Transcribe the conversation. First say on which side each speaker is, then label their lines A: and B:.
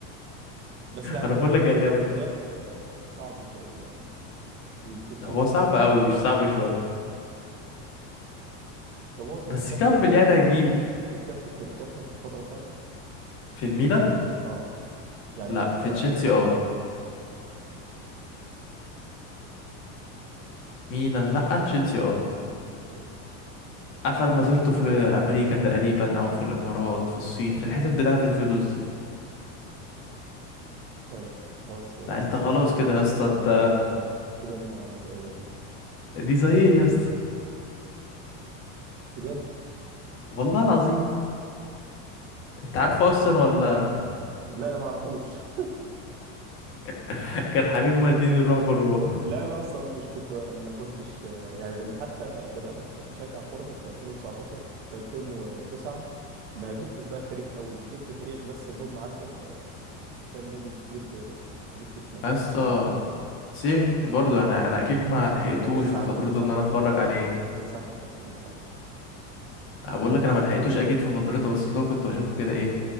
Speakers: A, on the right (about 65°); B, on the left (about 30°).
A: بس يعني
B: انا
A: ده
B: بقول
A: اختيار
B: لك اللعبه
A: اختيار
B: دي
A: آه، صعب شويه يعني، يمكن شبه
B: هو صعب
A: مستحيل
B: قوي مش صعب شويه
A: طب هو كان
B: بس
A: الكابتن
B: كمل
A: في الفتره
B: يعني هتجيبه
A: بتاعته الكابتن كان الكابتن في الفتره بتاعته
B: في الميلان
A: اه يعني
B: لا
A: لما
B: في
A: بقى
B: تشيلسي اه ميلان
A: مش
B: لا
A: لا،
B: تشيلسي اه
A: مش مش
B: قفل مسيرته في امريكا تقريبا او في الامارات في الصين في الحتت بتاعه الفلوس دي
A: لا لا خلاص مستسلمت
B: لا انت خلاص
A: يعني.
B: كده يا اسطى
A: اه
B: انت
A: كده انا كده انا مش قادر لا
B: <laughs> دي زي ايه يا اسطى
A: بجد
B: والله العظيم انت عارف اصلا ولا
A: لا ما اعرفوش <laughs>
B: <laughs> كان حبيب مالديني الروح بالروح
A: لا انا اصلا مش كنت ما كنتش يعني لما حتى بدات اشجع كوره كان في 2019 في 2009 ما جبتش بقى التاريخ قوي جبت تاريخ بس اللي هم عارف انت س- كام نادي كبير كده بس ما جبتش ما رجعتش
B: يا اسطى
A: تاريخ قوي
B: سيم برضو انا انا اكيد ما لحقتوش
A: كان لسه
B: في
A: عندي
B: فترته
A: تسع
B: ان
A: سنين
B: انا اتفرج
A: يعني
B: عليه
A: كان لسه عندي تسع سنين ساعتها
B: بقول لك انا ما لحقتوش اكيد في فترته بس اللي هو كنت بشوف له كده ايه